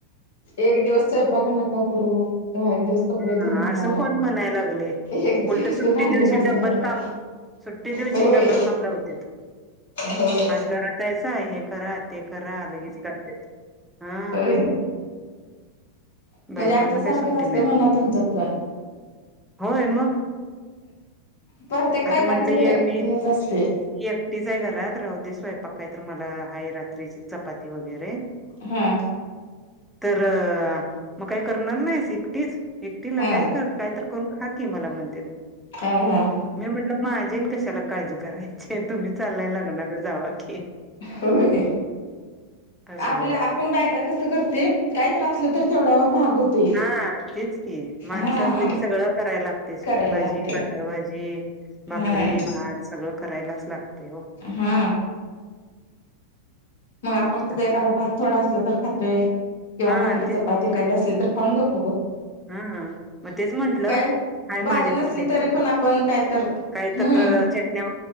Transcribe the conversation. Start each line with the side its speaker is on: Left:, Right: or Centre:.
Left: एक दिवस स्वपाक नका करू किंवा एक दिवस कपडे
Centre: हा
Left: धुऊ नका
Centre: असं कोण म्हणाय लागलय
Left: एक दिवस
Centre: उलट सुट्टी
Left: भांडी
Centre: दिवशी
Left: घासू
Centre: डब्बल
Left: नका
Centre: काम सुट्टी दिवची
Left: होय
Centre: डबल काम लावत्यात
Left: होय
Centre: आज घरात आहे हे करा ते करा लगेच करते हा
Left: होय म्हणजे
Centre: बायकांना
Left: आमच्या सारखंच
Centre: काही सुट्टी
Left: असते
Centre: नाही
Left: म्हणा
Centre: ब
Left: तुमच्यात पण
Centre: होय मग
Left: प्रत्येक बायकांचं
Centre: आता म्हंटलं ये
Left: हे
Centre: मी
Left: हेच असतय
Centre: मी एकटीच आहे घरात राहू दे स्वयंपाक काय तर मला हाय रात्रीची चपाती वगैरे
Left: हा
Centre: तर मग काही करणार नाहीस एकटीच एकटीला
Left: हा
Centre: काही काहीत करून खा की मला म्हणत्यात
Left: हा हा
Centre: मी म्हटलं मा कशाला काळजी करायची तुम्ही चाललायला लग्नाला जावा की
Left: होय
Centre: असल
Left: आपल्या
Centre: आहेत.
Left: आपण बायका कसं करतोय काय तर असलं तर तेवढ्यावर भाग होतोय
Centre: हा तेच की माणसं
Left: हा
Centre: असलं
Left: मग
Centre: की सगळ करायला लागत सुकी
Left: करायला
Centre: भाजी
Left: लागतय
Centre: पातळ भाजी भाकरी
Left: हा
Centre: भात सगळं करायलाच लागत हो
Left: हा मग आपण कसं
Centre: असं
Left: एखादा भात थोडा असला तर खातोय किंवा
Centre: हां
Left: भाकरी चपाती एखादी असली तर खाऊन गप
Centre: हा मग तेच म्हंटलं
Left: काय
Centre: हाय
Left: भाजी
Centre: माझ्यापुरती
Left: नसली
Centre: एक
Left: तरी
Centre: चपाती
Left: पण आपण काय तर
Centre: काही
Left: हम्म
Centre: तर चटण्या